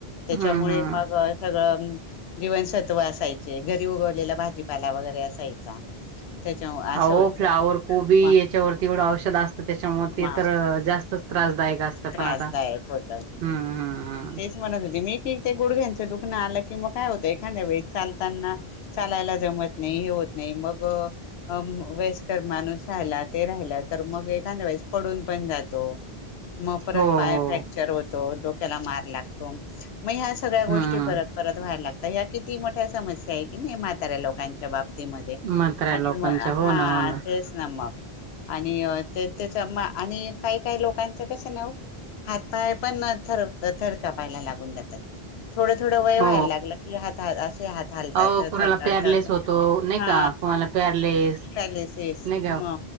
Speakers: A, on the left; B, on the right.
A: त्याच्यामुळे
B: हम्म हम्म
A: मग सगळं जीवनसत्व असायचे घरी उगवलेला भाजीपाला वगैरे असायचा त्याच्या असं
B: अ
A: व्हायचं
B: फ्लावर कोबी
A: मग
B: याच्यावरती एवढं औषध असतं त्याच्यामुळे ते
A: मग
B: तर जास्तच त्रासदायक स्त
A: त्रासदायक
B: पण आता हम्मम्म
A: होत तेच म्हणत होते मी की ते गुडघ्यांचं दुखन आलं की मग काय होतं एखाद्या वई चालताना चालायला जमत नाही हे होत नाही मग अ वेस्कर माणूस राहिला ते राहिला तर मग एखाद्या वेस पडून पण जातो मग परत
B: हो
A: पाय
B: हो
A: फ्रॅक्चर होतो डोक्याला मार लागतो मग ह्या सगळ्या गोष्टी
B: हम्म
A: परत परत व्हायला लागतात या्या किती मोठ्या समस्या आहे की नाही म्हाताऱ्या लोकांच्या बाबत
B: म्हाताऱ्या
A: आणि
B: लोकांच्या
A: म
B: हो
A: हा
B: ना हो
A: तेच ना मग आणि ते त्याच आणि काही काही लोकांच कस नाव हात पाय पण थर थरका पाहायला लागून जातात थोडं थोडं वय व्हायला
B: हो
A: लाग की हात असे हात ालतात
B: अहो कुणाला
A: थरथरतरत
B: पॅरलेस होतो नाही
A: हा
B: का कुणाला पॅरलेस
A: चाले शेष
B: नाही का
A: म